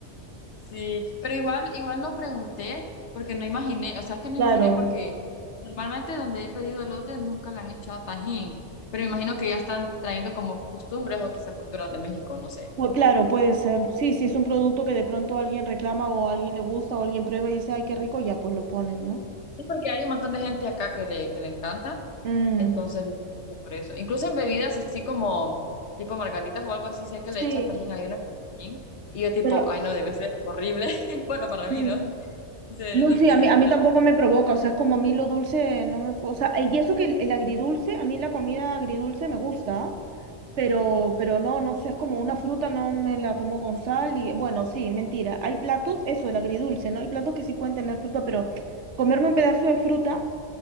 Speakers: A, on the left (about 70°); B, on the right (about 70°).
A: sí, pero igual, igual no pregunté porque no imaginé, o sea, es que no
B: Claro,
A: imaginé porque normalmente donde he pedido elotes nunca le han echado tajín, pero me imagino que ya están trayendo como costumbres o quizás culturas de México, no sé.
B: pu- claro, puede ser. Sí, sí, es un producto que de pronto alguien reclama o a alguien le gusta o alguien prueba y dice, ay, qué rico, ya pues lo ponen, ¿no?
A: Sí, porque hay un montón de gente acá que le, que le encanta,
B: Mm,
A: entonces me gusta por eso. Incluso en bebidas así como tipo margaritas o algo así, sé que
B: sí,
A: le echan tajín, hay una tajín, y yo tipo,
B: pero
A: ay no, debe ser horrible. <laughs> Bueno, para
B: sí.
A: mí, ¿no? No sé,
B: No,
A: no
B: sí,
A: sé,
B: a mí, a
A: para
B: mí tampoco
A: ti.
B: me provoca, o sea, es como a mí lo dulce no me... po- O sea, y eso que el, el agridulce, a mí la comida agridulce me gusta, Pero,
A: Mm.
B: pero no, no sé, es como una fruta, no me la como con sal y bueno, sí, mentira. Hay platos, eso, el agridulce, ¿no? Hay platos que sí pueden tener fruta, pero comerme un pedazo de fruta,